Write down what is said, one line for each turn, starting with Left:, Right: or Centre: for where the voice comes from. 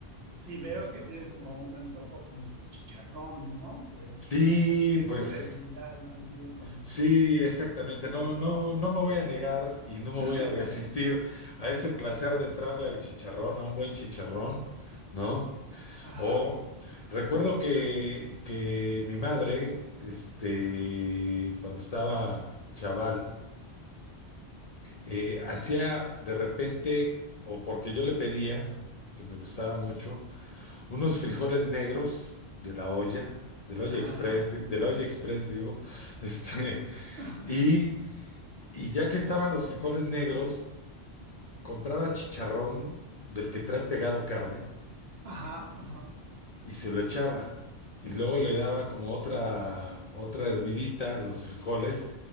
Right: Si veo
Left: Es-
Right: que tienes como un antojo como de chicharrón, ¿no? Pues,
Left: sí,
Right: este, o es
Left: pues
Right: tu debilidad más bien como
Left: sí,
Right: el...
Left: exactamente. No, no, no me voy a negar y no me
Right: <laughs>
Left: voy a resistir a ese placer de entrarle al chicharrón, a un buen chicharrón, ¿no?
Right: Ajá,
Left: O recuerdo que, que mi madre, este, cuando estaba chaval, eh, hacía de repente, o porque yo le pedía, porque me gustaba mucho, unos frijoles negros de la olla, del olla
Right: ajá,
Left: express, de, de la olla express, digo, <laughs> este,
Right: <laughs>
Left: y, y ya que estaban los frijoles negros, compraba chicharrón del que trae pegado carne
Right: ajá, ajá,
Left: y se lo echaba. Y luego le daba como otra, otra hervidita a los frijoles